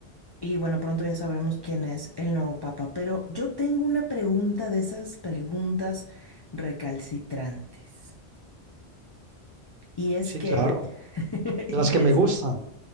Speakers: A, on the left; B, on the right.
A: Y bueno, pronto ya sabremos quién es el nuevo papa. Pero yo tengo una pregunta de esas preguntas recalcitrantes. Y es
B: Sí,
A: que,
B: claro,
A: <laughs>
B: de
A: y
B: las que me
A: es
B: gustan.